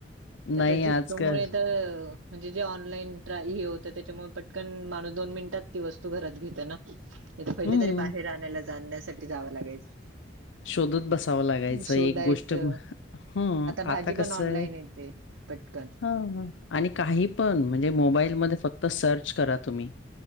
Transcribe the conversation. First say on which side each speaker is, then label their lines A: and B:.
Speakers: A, on the left (about 70°); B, on the right (about 80°).
A: नाही
B: तर आता झिप्पोमुळे
A: आजकाल
B: तर म्हणजे जे ऑनलाईन ट्रा हे होतं त्याच्यामुळे पटकन माणूस दोन मिनिटात ती बसत. तू घरात घेत नाथ पहिले
A: हं.
B: तरी बाहेर आणायला जाण्यासाठी जावं लागायच.
A: शोधत बसावं लागायचं
B: शोधायचं
A: एक गोष्ट हम्
B: भाजी
A: आता
B: पण
A: कसं
B: ऑनलाईन
A: आहे.
B: येते पटकन
A: ह आणि काही पण म्हणजे मोबाईल म फक्त सर्च करत. तुम्